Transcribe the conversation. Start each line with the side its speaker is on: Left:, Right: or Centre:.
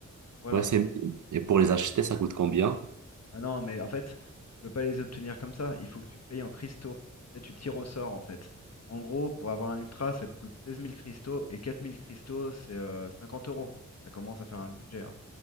Left: voilà.
Right: Ouais, c'est mignon. Et pour les acheter, ça coûte combien?
Left: Ah non, mais en fait, tu peux pas les obtenir comme ça. Il faut que tu payes en cristaux. Tu sais, tu tires au sort, en fait. En gros, pour avoir un ultra, ça te coûte seize mille cristaux et quatre mille cristaux, c'est euh, 50 euros. Donc, ça commence à faire un budget. hein.